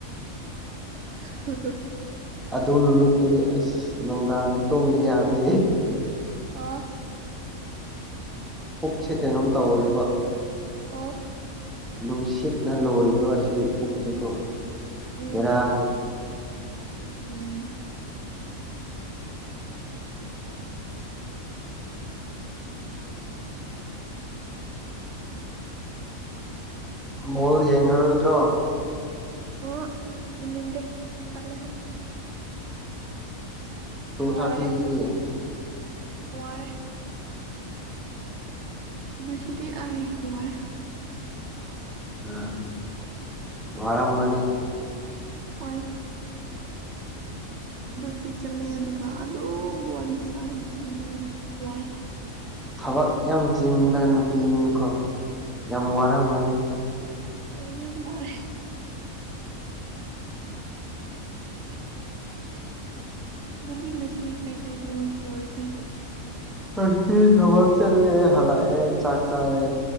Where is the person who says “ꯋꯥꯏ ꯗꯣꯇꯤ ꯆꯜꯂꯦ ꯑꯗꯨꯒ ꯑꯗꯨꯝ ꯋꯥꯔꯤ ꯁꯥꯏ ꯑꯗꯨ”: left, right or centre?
Right